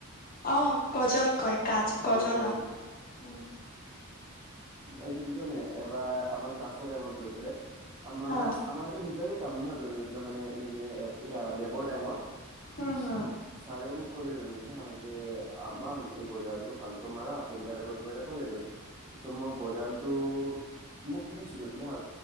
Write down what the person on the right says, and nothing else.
গজল
এইটো কি কয় নে এবাৰ আমাৰ ক্লাছৰ টাইমত গৈ পেলাই আমাৰ
আমাৰো সেইবিলাকে <unintelligible> হিয়াৰ লেবৰ টাইমত
ছাৰে মোক কলে হা যে আমান এই গজালটো ভালকৈ মাৰা তেনেকুৱাএটা কলে গৈ পিনি পিছত মই গজালটো মই সুধিছোগো মই হা